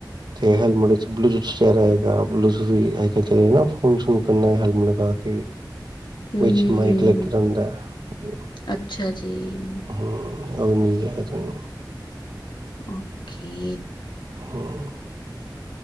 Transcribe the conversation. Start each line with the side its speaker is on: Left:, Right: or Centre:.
Right: ਤੇ ਹੈਲਮੇਟ ਵਿੱਚ ਬਲੂਟੂਥ ਚੈਰਾ ਹੈ ਆਪ ਦੂਸਰੀ ਅੱਜ ਕੱਲ ਚਲੇ ਰੇ ਨਾ, ਫੋਨ ਸ਼ੋਨ ਕਨਾ, ਹੈਲਮਟ ਲਗਾ ਕੇ
Left: ਹਮ
Right: ਵਿਚ
Left: ਹਮ
Right: ਮਾਇਕ
Left: ਹਮ
Right: ਲਗੇਦਾ ਹੁੰਦਾ ਐ।
Left: ਅੱਛਾ ਜੀ,
Right: ਹੂੰ। ਔ ਵੀ ਮਿਲਦੇ <unintelligible>
Left: ਓਕੇ।
Right: ਹਮ